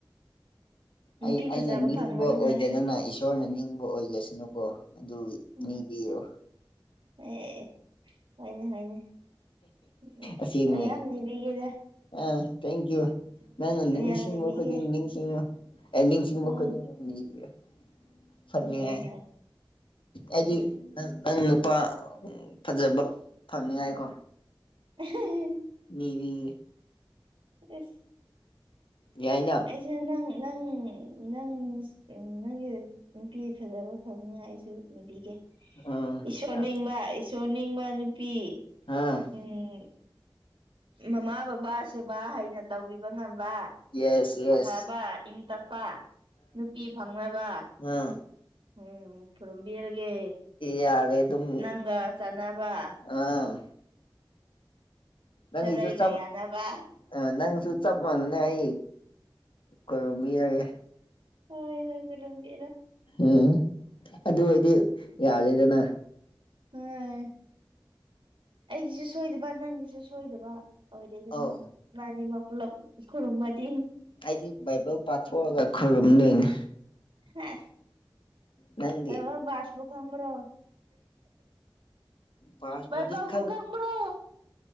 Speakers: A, on the right; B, on the left.
A: ꯅꯨꯄꯤ
B: ꯑꯩ ꯑꯩꯅ
A: ꯐꯖꯕ
B: ꯅꯤꯡꯕ
A: ꯐꯪꯕ ꯅꯨꯡꯉꯥꯏꯁꯨ
B: ꯑꯣꯏꯗꯗꯅ ꯏꯁꯣꯔꯅ ꯅꯤꯡꯕ ꯑꯣꯏꯖꯁꯅꯨꯀꯣ ꯑꯗꯨꯒꯤ
A: ꯎꯝ
B: ꯅꯤꯕꯤꯌꯣ
A: ꯑꯦ ꯍꯣꯏꯅꯦ ꯍꯣꯏꯅꯦ ꯎꯝ
B: ꯑꯁꯦꯡꯕꯅꯤ
A: ꯃꯌꯥꯝ ꯅꯤꯕꯤꯒꯦꯗ
B: ꯑꯥ ꯊꯦꯡ ꯛꯌꯨ ꯅꯪꯅ ꯅꯤꯡꯁꯤꯡꯕ
A: ꯃꯌꯥꯝ ꯅꯤꯕꯤꯒꯦ
B: ꯈꯨꯗꯤꯡ ꯅꯤꯡ ꯅꯤꯌꯨ ꯑꯩ ꯅꯤꯡꯁꯤꯡꯕ
A: ꯎꯝ
B: ꯈꯨꯗꯤꯡ ꯅꯤꯕꯤꯌꯣ ꯐꯠꯅꯤꯡꯉꯥꯏ
A: ꯍꯣꯏ ꯍꯣꯏ
B: ꯑꯩꯗꯤ
A: ꯍꯣꯏꯅꯦ
B: ꯅꯪ ꯅꯪ ꯅꯨꯄꯥ ꯐꯖꯕ ꯐꯪꯅꯤꯉꯥꯏꯀꯣ
A: <unintelligible>
B: ꯅꯤꯗꯤ
A: ꯏꯁ
B: ꯌꯥꯏꯅ
A: ꯑꯩꯁꯦ ꯅꯪ ꯅꯪ ꯅꯪ ꯑꯁ ꯅꯪꯒꯤ ꯅꯨꯄꯤ ꯐꯖꯕ ꯐꯪꯅꯤꯉꯥꯏ ꯑꯩꯁꯨ ꯅꯤꯕꯤꯒꯦ
B: ꯑꯥ
A: ꯏꯁꯣꯔ
B: ꯌꯥꯝ
A: ꯅꯤꯡꯕ ꯏꯁꯣꯔ ꯅꯤꯡꯕ ꯅꯨꯄꯤ
B: ꯍꯥꯥ
A: ꯎꯝ ꯃꯃꯥ ꯕꯕꯥ ꯁꯦꯕꯥ ꯍꯩꯅ ꯇꯧꯕꯤꯕ ꯉꯝꯕ
B: ꯌꯦꯁ ꯌꯦꯁ
A: ꯑꯐꯕ ꯏꯪ ꯇꯞꯄ ꯅꯨꯄꯤ ꯐꯪꯅꯕ
B: ꯅꯥ
A: ꯎꯝ ꯈꯨꯔꯨꯝꯕꯤꯔꯒꯦ
B: ꯌꯥꯔꯦ ꯑꯗꯨꯝ
A: ꯅꯪꯒ ꯆꯥꯟꯅꯕ
B: ꯑꯥ ꯅꯪꯒꯤꯁꯨ
A: ꯁꯥꯒꯩꯒ
B: ꯆꯥꯝ
A: ꯌꯥꯅꯕ
B: ꯑꯥ ꯅꯪꯁꯨ ꯆꯥꯞ ꯃꯥꯟꯅꯅ ꯑꯩ ꯈꯨꯔꯨꯝꯕꯤꯔꯒꯦ
A: ꯍꯣꯏ ꯍꯣꯏ ꯈꯨꯔꯨꯝꯕꯤꯔꯣ
B: ꯎꯝ ꯑꯗꯨ ꯑꫭꯏꯗꯤ ꯌꯥꯗꯦꯗꯅ
A: ꯍꯣꯏ ꯑꯩꯒꯤꯁꯨ ꯁꯣꯏꯗꯕ ꯅꯪꯒꯤꯁꯨ ꯁꯣꯏꯗꯕ ꯑꯣꯏꯔꯦꯗꯅ
B: ꯑꯧ
A: ꯏꯕꯅꯤꯃꯛ ꯄꯨꯂꯥꯞ ꯈꯨꯔꯨꯝꯃꯗꯤ
B: ꯑꯩꯗꯤ ꯕꯥꯏꯕꯜ ꯄꯥꯊꯣꯛꯑꯒ ꯈꯨꯔꯨꯝꯗꯨꯏꯅꯤ
A: ꯁꯦꯁ
B: ꯅꯪꯗꯤ
A: ꯕꯥꯏꯕꯜ ꯕꯥꯔꯁꯄꯨ ꯈꯪꯕ꯭ꯔꯣ
B: ꯄꯥꯁꯄꯨꯗꯤ
A: ꯕꯥꯏꯕꯜꯕꯨ
B: ꯈꯪ
A: ꯈꯪꯕ꯭ꯔꯣ